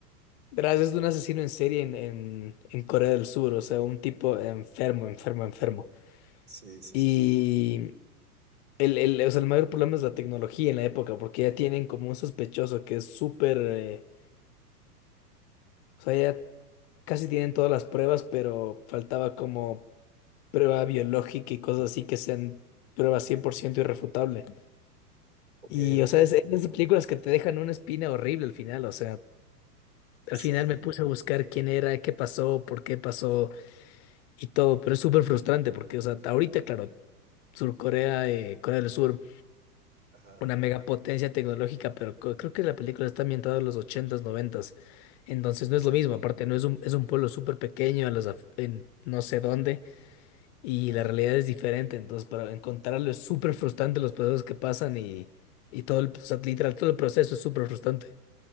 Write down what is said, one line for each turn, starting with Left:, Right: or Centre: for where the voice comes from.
Left: Verás, es de un asesino en serie en, en, en Corea del Sur, o sea, un tipo enfermo, enfermo, enfermo.
Right: Sí, sí,
Left: Y
Right: sí.
Left: el, el, o sea, el mayor problema es la tecnología en la época, porque ya tienen como un sospechoso que es súper, eh, o sea, ya casi tienen todas las pruebas, pero faltaba como prueba biológica y cosas así que sean pruebas 100% irrefutable.
Right: Ok,
Left: Y,
Right: ok.
Left: o sea, es, es de esas películas que te dejan una espina horrible al final. O sea, al
Right: Sí,
Left: final me puse a buscar quién era, qué pasó, por qué pasó y todo. Pero es súper frustrante porque, o sea, ahorita, claro, Sur Corea, eh, Corea del Sur,
Right: ajá.
Left: una megapotencia tecnológica, pero co- creo que la película está ambientada en los ochentas noventas Entonces no
Right: Este,
Left: es lo mismo. Aparte, no es un, es un pueblo súper pequeño, en, las af- en no sé dónde, y
Right: ajá,
Left: la realidad
Right: ajá.
Left: es diferente. Entonces, para encontrarlo es súper frustrante los procesos que pasan y, y todo el, o sea, literal, todo el proceso es súper frustrante.